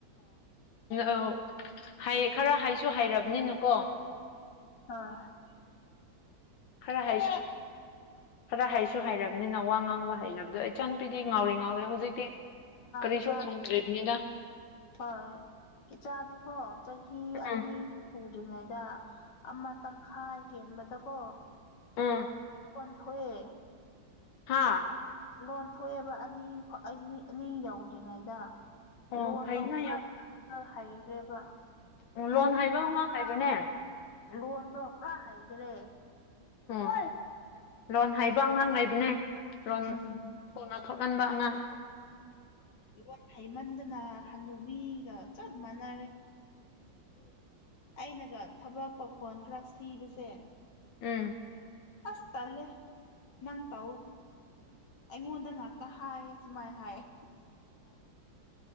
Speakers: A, on the left (about 80°); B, on the left (about 65°).
A: ꯑꯣ ꯍꯥꯏ ꯈꯔ ꯍꯩꯁꯨ ꯍꯩꯔꯕꯅꯤꯅꯀꯣ
B: ꯍꯣꯏ
A: ꯈꯔ ꯍꯩ ꯁꯤꯡ ꯈꯔ ꯍꯩꯁꯨ ꯍꯩꯔꯝꯅꯤꯅ ꯋꯥ ꯉꯥꯡꯕ ꯍꯩꯔꯕꯗꯣ ꯏꯆꯟꯄꯤꯗꯤ ꯉꯥꯎꯔꯤ ꯉꯥꯎꯔꯦ ꯍꯧꯖꯤꯛꯇꯤ ꯀꯔꯤꯁꯨ
B: ꯏꯆꯥꯁꯦ
A: ꯈꯟꯗ꯭ꯔꯤꯝꯅꯤꯗ
B: ꯍꯣꯏ ꯏꯆꯥꯗꯤꯀꯣ ꯆꯍꯤ ꯑꯅꯤ
A: ꯎꯝ
B: ꯄꯨꯨꯗ꯭ꯔꯤꯉꯩꯗ ꯑꯃ ꯇꯪꯈꯥꯏ ꯍꯦꯟꯕꯗꯀꯣ
A: ꯎꯝ
B: <unintelligible> ꯊꯣꯑꯦ
A: ꯍꯥꯥ
B: ꯂꯣꯟ ꯊꯣꯑꯦꯕ ꯑꯅꯤ ꯍꯣꯏ ꯑꯅꯤ ꯌꯧꯗ꯭ꯔꯤꯉꯩꯗ
A: ꯑꯣ
B: ꯂꯣꯟꯗꯣ
A: ꯐꯩꯅ
B: ꯈ꯭ꯔ
A: ꯌꯥꯝ
B: ꯍꯩꯈ꯭ꯔꯦꯕ
A: ꯂꯣꯟ
B: ꯑꯅꯤꯗꯗꯤ
A: ꯍꯩꯕ ꯑꯉꯥꯡ
B: ꯄꯨꯔꯥ
A: ꯂꯩꯕꯅꯦ
B: ꯂꯣꯟꯗꯣ ꯄꯨꯔꯥ ꯍꯩꯒ꯭ꯔꯦ
A: ꯎꯪ ꯂꯣꯟ ꯍꯩꯕ ꯑꯉꯥꯡ ꯂꯩꯕꯅꯦ ꯂꯣꯟ
B: ꯎꯝ
A: ꯊꯨꯅ ꯊꯣꯒꯟꯕ ꯑꯉꯥꯡ
B: ꯂꯣꯟ ꯍꯩꯃꯟꯗꯅ ꯍꯟꯅꯨꯕꯤꯒ ꯆꯞ ꯃꯥꯟꯅꯔꯦ
A: <inaudible>
B: ꯑꯩꯅꯒ ꯊꯕꯛ ꯄꯥꯈꯣꯟ ꯈꯔ ꯁꯤꯕꯁꯦ
A: ꯎꯝ
B: ꯑꯁ ꯇꯂꯦ ꯅꯪ ꯇꯧ ꯑꯩꯉꯣꯟꯗ ꯉꯥꯛꯇ ꯍꯥꯏꯌꯦ ꯁꯨꯃꯥꯏ ꯍꯥꯏꯌꯦ